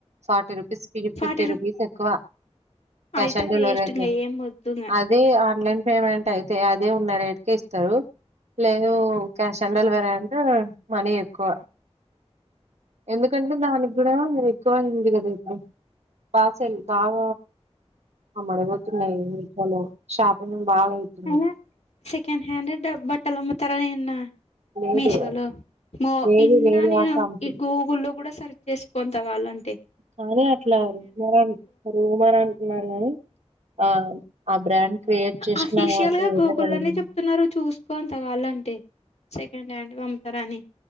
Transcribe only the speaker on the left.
ఫార్టీ
రూ
అయితే
వేస్ట్
ఇంగ ఏం వద్దు ఇంగ
అయినా సెకండ్ హ్యాండెడ్ బట్టలు అమ్ముతారా నిన్నా
మీషోలో మో
ఇన్న
నేను
ఈ గూగుల్లో లో కూడా సర్ చేసుకోంత కాలంటే
అఫిషియల్
గా గూగుల్లోనే
చెప్తున్నారు చూసుకో అంత కాలంటే సెకండ్ హ్యాండ్ వమ్ముతారని